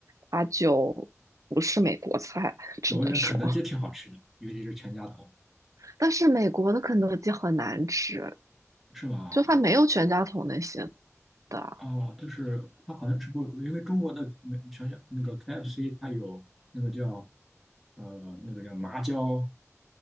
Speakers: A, on the right; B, in the centre.
A: 它就不是美国菜，只能说。
B: 对，我觉得肯德基挺好吃的，尤其是全家桶，
A: 但是美国的肯德基很难吃，
B: 是吗？
A: 就它没有全家桶那些的啊。
B: 哦，就是它好像是不，因为中国的美全家那个 KFC 它有那个叫呃那个叫麻椒